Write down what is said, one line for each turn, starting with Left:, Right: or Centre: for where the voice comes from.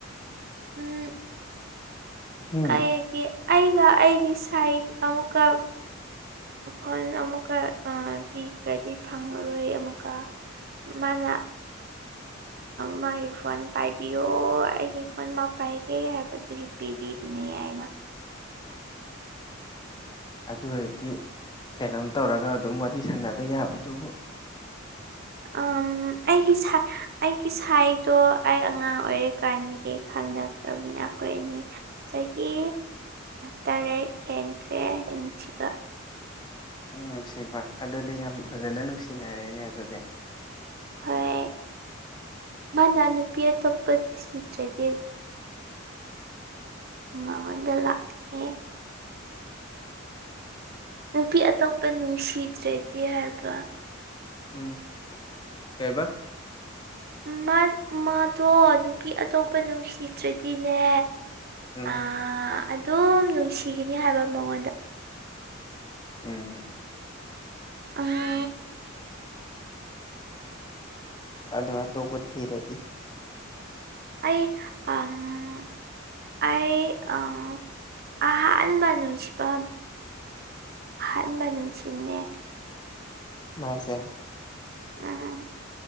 Right: ꯎꯝ
Left: ꯎꯝ
Right: ꯑꯩꯒꯤ ꯑꯩꯅꯥ ꯑꯩꯒꯤ ꯁꯥꯏ ꯑꯃꯨꯛꯀ ꯐꯣꯟ ꯑꯃꯨꯛꯀ ꯄꯤꯈ꯭ꯔꯗꯤ ꯐꯪꯉꯔꯣꯏ ꯑꯃꯨꯛꯀ ꯃꯥꯅ ꯃꯥꯒꯤ ꯐꯣꯟ ꯄꯥꯏꯕꯤꯌꯣ ꯑꯩꯒꯤ ꯐꯣꯟ ꯃꯥ ꯄꯥꯏꯒꯦ ꯍꯥꯏꯕꯗꯨꯒꯤ ꯄꯤꯕꯤ ꯅꯦ ꯍꯥꯏꯅ <inaudible>
Left: ꯑꯗꯨ ꯑꯣꯏꯔꯗꯤ ꯀꯩꯅꯣꯝ ꯇꯧꯔꯒ ꯑꯗꯨꯝ ꯋꯥꯔꯤ ꯁꯥꯟꯅꯕ ꯌꯥꯕ ꯗꯨꯕꯨ
Right: ꯎꯝ ꯑꯩꯒꯤ ꯁꯥꯏ ꯑꯩꯒꯤ ꯁꯥꯏꯗꯣ ꯑꯩ ꯑꯉꯥꯡ ꯑꯣꯏꯔꯤ ꯀꯥꯟꯗꯒꯤ ꯈꯪꯅꯈ꯭ꯔꯕꯅꯤ ꯑꯩꯈꯣꯏ ꯑꯅꯤ ꯆꯍꯤ ꯇꯔꯦꯠ ꯍꯦꯟꯈ꯭ꯔꯦ ꯅꯨꯡꯁꯤꯕ
Left: ꯎꯝ ꯅꯨꯡꯁꯤꯕ ꯑꯗꯨꯗꯤ ꯌꯥꯝ ꯐꯖꯅ ꯅꯨꯡꯁꯤꯅꯔꯦꯅꯦ ꯑꯗꯨꯗꯤ
Right: ꯍꯣꯏ ꯃꯥꯅ ꯅꯨꯄꯤ ꯑꯇꯣꯞꯄ ꯊꯤꯗ꯭ꯔꯗꯤ ꯃꯉꯣꯟꯗ ꯂꯥꯛꯀꯅꯤ ꯅꯨꯄꯤ ꯑꯇꯣꯞꯄ ꯅꯨꯡꯁꯤꯗ꯭ꯔꯗꯤ ꯍꯥꯏꯕ
Left: ꯎꯝ ꯀꯩꯕ
Right: ꯃꯥ ꯃꯥꯗꯣ ꯅꯨꯄꯤ ꯑꯇꯣꯞꯄ ꯅꯨꯡꯁꯤꯗ꯭ꯔꯗꯤꯅꯦ
Left: ꯎꯝ
Right: ꯑ ꯑꯗꯨꯝ ꯅꯨꯡꯁꯤꯒꯅꯤ ꯍꯥꯏꯕ ꯃꯉꯣꯟꯗ
Left: ꯎꯝ
Right: ꯑ
Left: ꯑꯗꯨ ꯑꯇꯣꯞꯄ ꯊꯤꯔꯗꯤ
Right: ꯑꯩ ꯎꯝ ꯑꯩ ꯎꯝ ꯑꯍꯥꯟꯕ ꯅꯨꯡꯁꯤꯕ ꯑꯍꯥꯟꯕ ꯅꯨꯡꯁꯤꯕꯅꯦ
Left: ꯃꯥꯁꯦ
Right: ꯎꯝ